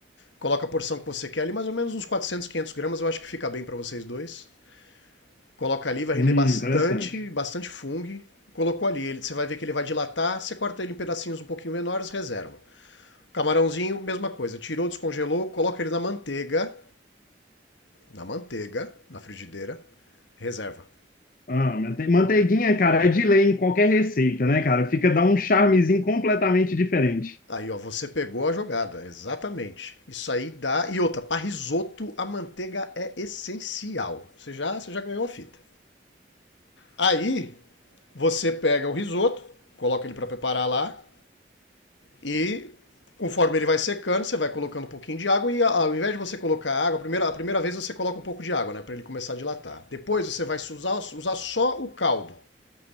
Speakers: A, on the left; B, on the left.
A: Coloca a porção que você quer ali, mais ou menos uns 400, 500 gramas, eu acho que fica bem para vocês dois. Coloca ali, vai
B: Hum,
A: render bastante,
B: interessante.
A: bastante fungo. Colocou ali, ele, você vai ver que ele vai dilatar, você corta ele em pedacinhos um pouquinho menores, reserva. Camarãozinho, mesma coisa, tirou, descongelou, coloca ele na manteiga, na manteiga, na frigideira, reserva.
B: Ah, mante- manteiguinha, cara, é de lei em qualquer receita, né, cara? Fica, dá um charmezinho completamente diferente.
A: Aí, ó, você pegou a jogada, exatamente. Isso aí dá. E outra, para risoto a manteiga é essencial. Você já, você já ganhou a fita. Aí, você pega o risoto, coloca ele para preparar lá e conforme ele vai secando, você vai colocando um pouquinho de água e ao invés de você colocar água, a primeira, a primeira vez você coloca um pouco de água, né, para ele começar a dilatar. Depois você vai usar, usar só o caldo.